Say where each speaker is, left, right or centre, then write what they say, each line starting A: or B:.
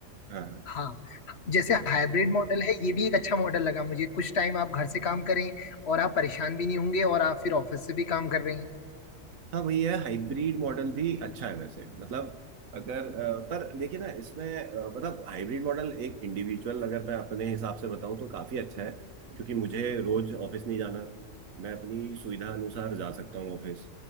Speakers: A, on the right; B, on the left.
A: हाँ।
B: हाँ जैसे हाइब्रिड मॉडल है ये भी एक अच्छा मॉडल लगा मुझे कुछ टाइम आप घर से काम करें और आप परेशान भी नहीं होंगे और आप फिर ऑफिस से भी काम कर रहे हैं
A: हाँ वही है हाइब्रिड मॉडल भी अच्छा है वैसे मतलब अगर अ, पर देखिए ना इसमें अ, मतलब हाइब्रिड मॉडल एक इंडिविजुअल अगर मैं अपने हिसाब से बताऊं तो काफी अच्छा है क्योंकि मुझे रोज ऑफिस नहीं जाना मैं अपनी सुविधा अनुसार जा सकता हूँ ऑफिस